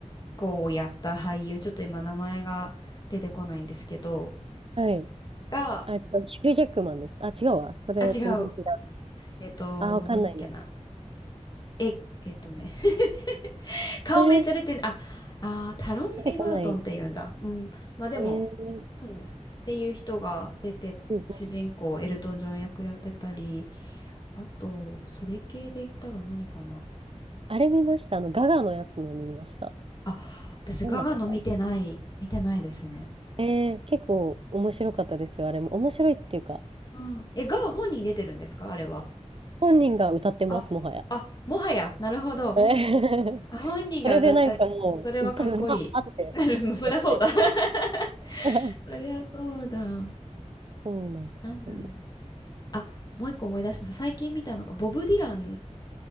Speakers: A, on the left; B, on the right.
A: 公をやった俳優、ちょっと今名前が出てこないんですけど、
B: はい。
A: が、
B: あえっと、ヒュージャックマンです。あ、違うわ。それ全然違う。
A: あ、違う。えっと、
B: あ、わかんないや。
A: なんだっけな。え、えっとね、<laughs> 顔めっちゃ出て、
B: へえ、
A: あ、あー、タロン・
B: 出てこない。
A: エガートンっていうんだ。うん。まあでも、
B: えー、
A: そうなんです。っていう人が出て、
B: うんうん
A: 主人公エルトン・ジョン役やってたり、あと、それ系で言ったら何かな。
B: あれ見ました。あの、ガガのやつも見ました。
A: あ、私、
B: なんだったか。
A: ガガの見てない、見てないですね。
B: えー、結構面白かったですよ、あれも。面白いっていうか、
A: うん。え、ガガ本人出てるんですかあれは。
B: 本人が歌ってます、
A: あ、
B: もはや。
A: あ、もはや、なるほど。
B: えー
A: あ、本人が歌って、
B: <laughs> それでなんかもう、
A: あ、それはかっこい
B: 歌うまーってなっちゃい
A: い。なるの、そりゃそうだ。<laughs>
B: ます。
A: そりゃそうだ。
B: <laughs> そうなんですね。
A: なんだろう。あ、もう一個思い出しました。最近見たのが、ボブ・ディラン